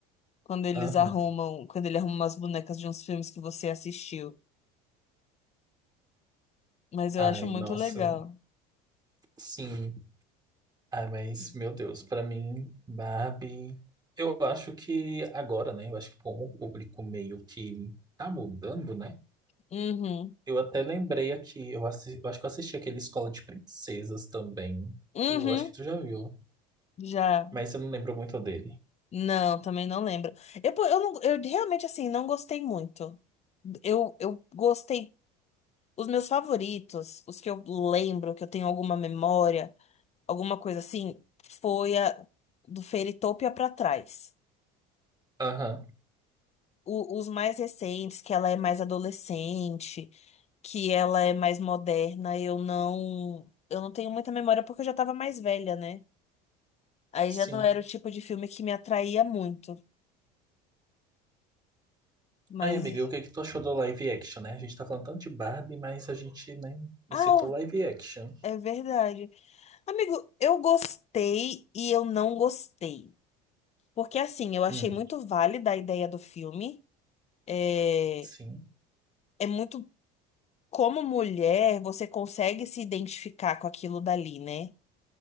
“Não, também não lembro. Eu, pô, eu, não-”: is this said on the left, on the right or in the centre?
Left